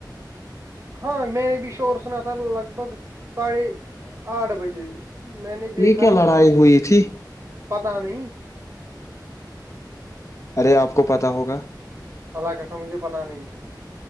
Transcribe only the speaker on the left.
یہ کیا لڑائی ہوئی تھی
ارے آپ کو پتا ہوگا